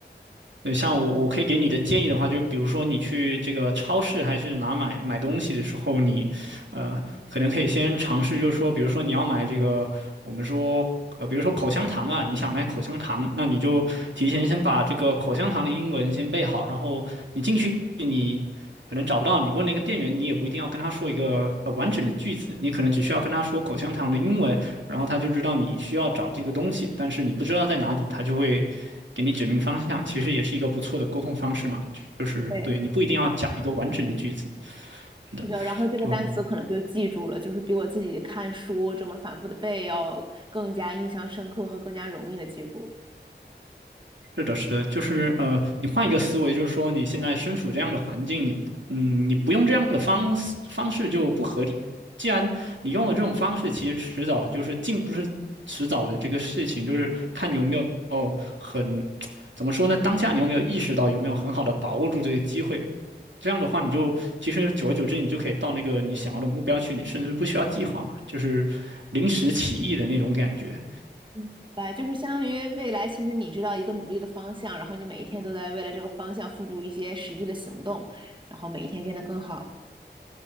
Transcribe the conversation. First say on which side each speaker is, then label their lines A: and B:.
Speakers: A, on the right (about 85°); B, on the right (about 25°).
A: 对，像我我可以给你的建议的话，就比如说你去这个超市还是哪买买东西的时候，你呃，可能可以先尝试，就是说，比如说你要买这个，我们说，呃，比如说口香糖啊，你想买口香糖，那你就提前先把这个口香糖的英文先背好，然后你进去你可能找不到，你问那个店员，你也不一定要跟他说一个呃完整的句子，你可能只需要跟他说口香糖的英文，然后他就知道你需要找这个东西，但是你不知道在哪里，他就会。给你指明方向，其实也是一个不错的沟通方式嘛，就是对你不一定要讲一个完整的句子，
B: 对。
A: 是的，
B: 是的，然后这个单词可能就记住了，
A: 就
B: 就是比我自己看书这么反复的背要更加印象深刻和更加容易的记住。
A: 是的，是的，就是呃，你换一个思维，就是说你现在身处这样的环境，你不，嗯，你不用这样的方式方式就不合理。既然你用了这种方式，其实迟早就是进不是迟早的这个事情，就是看你有没有很，怎么说呢？当下你有没有意识到，有没有很好的把握住这个机会？这样的话，你就其实久而久之，你就可以到那个你想要的目标去，你甚至不需要计划嘛，就是临时起意的那种感觉。
B: 嗯，明白，就是相当于未来，其实你知道一个努力的方向，然后你每一天都在为了这个方向付诸一些实际的行动，然后每一天变得更好。